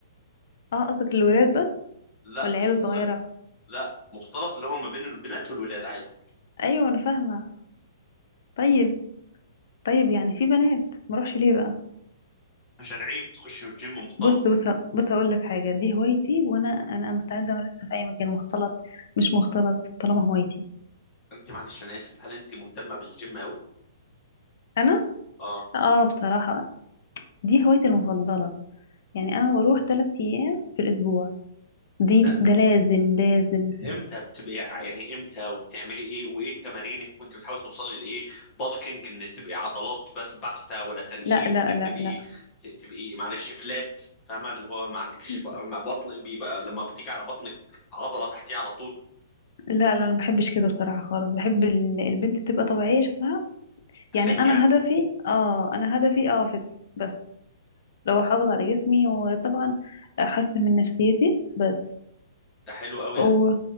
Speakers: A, on the left (about 50°); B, on the left (about 20°).
A: اه قصدك الولاد بس
B: لا
A: ولا
B: مخت...
A: العيال الصغيرة
B: لا مختلط اللي هو ما بين البنات والولاد عادي
A: ايوه انا فاهمة طيب طيب يعني في بنات ما اروحش ليه بقى
B: عشان عيب تخش الجيم مختلط
A: بص بص بص هقول لك حاجة دي هوايتي وانا انا مستعدة امارسها في اي مكان مختلط مش مختلط طالما هوايتي
B: انت معلش انا اسف هل انت مهتمه بالجيم قوي
A: انا
B: اه
A: اه بصراحة دي هوايتي المفضلة يعني انا بروح ثلاث ايام في الاسبوع دي
B: لا
A: ده لازم لازم
B: امتى بتبقي ع- يعني امتى وبتعملي ايه وايه تمارينك وانت بتحاول توصلي لايه بالكينج ان تبقي عضلات بس بحته ولا تنشيف
A: لا لا
B: انك
A: لا
B: تبقي
A: لا
B: ت- تبقي معلش فلات فاهمه اللي هو ما عندكيش
A: لا
B: بق- ما بطن بيبقى لما بتيجي على بطنك عضله تحتيه على طول
A: لا انا ما بحبش كده بصراحه خالص بحب ال- البنت تبقى طبيعيه شكلها يعني
B: فت
A: انا
B: يعني
A: هدفي اه انا هدفي اه فت بس لو احافظ على جسمي وطبعا احسن من نفسيتي بس
B: ده حلو قوي
A: و
B: ده.